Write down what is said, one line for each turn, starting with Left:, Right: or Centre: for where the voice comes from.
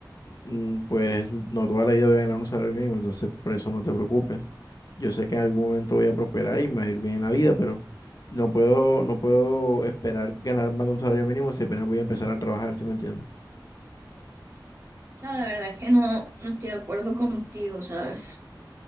Left: mm, Pues no toda la vida voy a ganar un salario mínimo, entonces por eso no te preocupes. Yo sé que en algún momento voy a prosperar y me va a ir bien en la vida, pero no puedo, no puedo esperar ganar más de un salario mínimo si apenas voy a empezar a trabajar, ¿sí me entiendes?
Right: sea, la verdad es que no, no estoy de acuerdo contigo, ¿sabes?